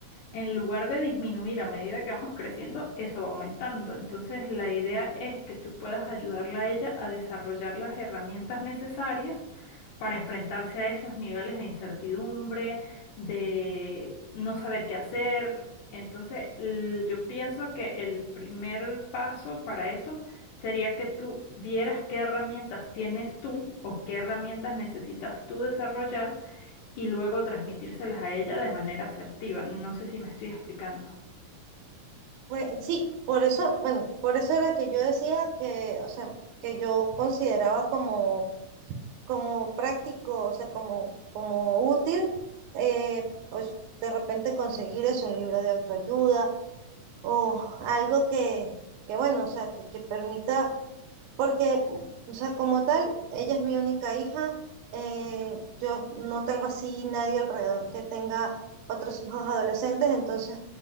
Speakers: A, on the left; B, on the right.
A: en lugar de disminuir a medida que vamos creciendo, eso va aumentando. Entonces, la idea es que tú puedas ayudarla a ella a desarrollar las herramientas necesarias para enfrentarse a esos niveles de incertidumbre, de no saber qué hacer. Entonces, l- yo pienso que el primer paso para eso sería que tú vieras qué herramientas tienes tú o qué herramientas necesitas tú desarrollar y luego transmitírselas a ella de manera asertiva. No sé si me estoy explicando.
B: Pues sí, por eso, bueno, por eso era que yo decía que, o sea, que yo consideraba como, como práctico, o sea, como, como útil, eh, pues de repente conseguir es un libro de autoayuda o algo que, que bueno, o sea, que, que permita porque, o sea, como tal, ella es mi única hija. eh, yo no tengo así nadie alrededor que tenga otros hijos adolescentes. Entonces,